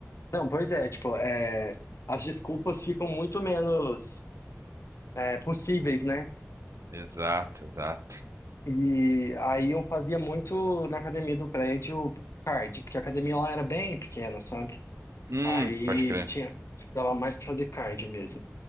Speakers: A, on the left (about 60°); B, on the right (about 70°).
A: Não, pois é, tipo, é, as desculpas ficam muito menos é, possíveis, né?
B: Exato, exato.
A: E aí eu fazia muito na academia do prédio cardio, porque a academia lá era bem pequena, sabe?
B: Hum,
A: Aí
B: pode crer.
A: tinha, dava mais pra fazer cardio mesmo.